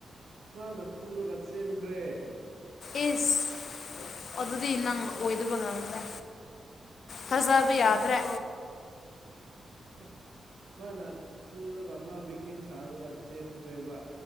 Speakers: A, on the right; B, on the left.
A: ꯍꯥꯟꯅ ꯐꯨꯔꯒ ꯆꯦꯟꯈ꯭ꯔꯦ
B: ꯑꯦꯁ ꯑꯗꯨꯗꯤ ꯅꯪ ꯑꯣꯏꯗꯕ ꯉꯥꯡꯗ꯭ꯔꯦ ꯍꯖꯥ ꯑꯗꯨ ꯌꯥꯗ꯭ꯔꯦ
A: <inaudible> ꯃꯥꯅ ꯐꯨꯔꯒ ꯃꯥ ꯕꯦꯛꯇꯤꯝ ꯁꯥꯔꯒ ꯆꯦꯟꯈ꯭ꯔꯦꯕ